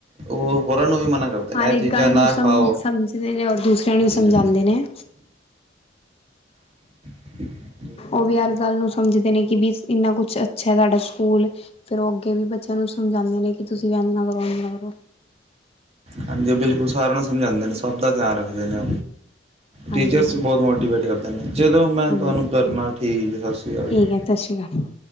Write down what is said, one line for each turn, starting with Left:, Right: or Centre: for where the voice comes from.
Right: ਉਹ ਹੋਰਾਂ ਨੂੰ ਵੀ ਮਨ ਕਰਦੇ। ਨੇ
Left: ਹਰ
Right: ਇਹ ਚੀਜ਼ਾਂ
Left: ਇੱਕ ਗੱਲ
Right: ਨਾ
Left: ਨੂੰ ਸਮ
Right: ਖਾਓ
Left: ਸਮਝਦੇ ਨੇ ਔਰ ਦੂਸਰਿਆਂ ਨੂੰ
Right: ਹਾਂਜੀ
Left: ਸਮਝਾਉਂਦੇ
Right: ਹਾਂ
Left: ਨੇ।
Right: <inaudible>
Left: ਉਹ ਵੀ ਹਰ ਗੱਲ ਨੂੰ ਸਮਝਦੇ ਨੇ ਕਿ ਵੀ ਇੰਨਾ ਕੁਛ ਅੱਛਾ ਸਾਡਾ ਸਕੂਲ ਫੇਰ ਉਹ ਅੱਗੇ ਵੀ ਬੱਚਿਆਂ ਨੂੰ ਸਮਝਾਉਂਦੇ ਨੇ ਕਿ ਤੁਸੀਂ ਵੀ ਇੰਝ ਨਾ ਕਰੋ ਇੰਝ ਨਾ ਕਰੋ।
Right: ਹਾਂਜੀ, ਉਹ ਬਿਲਕੁਲ ਸਾਰਿਆਂ ਨੂੰ ਸਮਝਾਉਂਦੇ ਨੇ ਸਭ ਦਾ ਧਿਆਨ ਰੱਖਦੇ ਨੇ।
Left: ਹਾਂਜੀ
Right: ਟੀਚਰਸ ਵੀ ਬਹੁਤ ਮੋਟੀਵੇਟ ਕਰਦੇ ਨੇਂ। ਚਲੋ ਮੈਂ
Left: ਹਾਂਜੀ
Right: ਤੁਹਾਨੂੰ ਕਰਨਾ। ਠੀਕ ਹੈ। ਸਤਿ ਸ੍ਰੀ ਅਕਾਲ
Left: ਠੀਕ
Right: ਜੀ।
Left: ਹੈ ਸਤਿ ਸ਼੍ਰੀ ਅਕਾਲ।